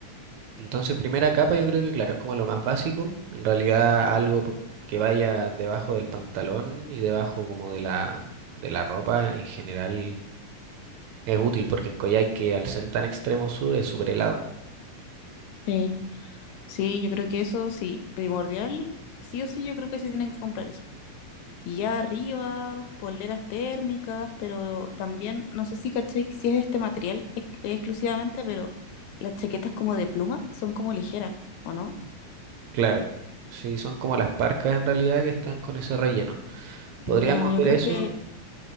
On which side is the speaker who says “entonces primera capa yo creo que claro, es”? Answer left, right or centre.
Right